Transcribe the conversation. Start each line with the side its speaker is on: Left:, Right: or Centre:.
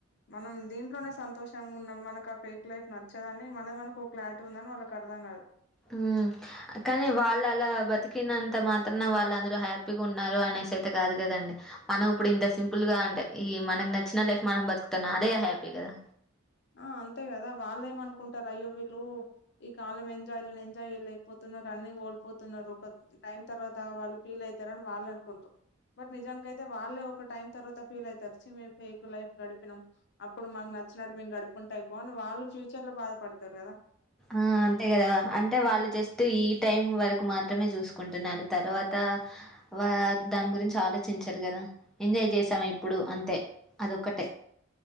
Left: మనం దీంట్లోనే సంతోషంగా ఉన్నం, మనకు ఆ ఫేక్ లైఫ్ నచ్చదని మనం మనకో క్లారిటీ ఉందని వాళ్ళకు అర్థంకాదు.
Centre: హ్ కానీ వాళ్ళు అలా బతికినంత మాత్రానా వాళ్ళు అందరూ హ్యాపీగా ఉన్నారు అనేసి అయితే కాదు కదండి. మనం ఇప్పుడు ఇంత సింపుల్ గా అంటే ఈ మనకి నచ్చిన లైఫ్ మనం బతుకుతున్నాం అదే హ్యాపీ కదా.
Left: ఆ అంతే కదా వాళ్ళేమనుకుంటరు అయ్యో వీళ్ళు ఈ కాలం ఎంజాయ్లని ఎంజాయ్ చేయలేకపోతున్నరు, అన్ని కోల్పోతున్నరు ఒక టైం తర్వాత వాళ్ళు ఫీల్ అయితరని వాళ్ళు అనుకుంట్రు. బట్ నిజానికయితే వాళ్ళే ఒక టైం తర్వాత ఫీల్ అయితరు చి మేం ఫేక్ లైఫ్ గడిపినం అప్పుడు మాక్ నచ్చినట్టు మేమ్ గడుప్ కుంటే అయిపోని వాళ్ళు ఫ్యూచర్ లో బాధపడతార్ కదా
Centre: ఆ అంతే కదా అంటే వాళ్ళు జస్ట్ ఈ టైం వరకు మాత్రమే చూస్ కుంటున్నారు తర్వాత వార్ దాన్ గురించలోచించర్ గదా ఎంజాయ్ చేశాం ఇప్పుడు అంతే అదొక్కటే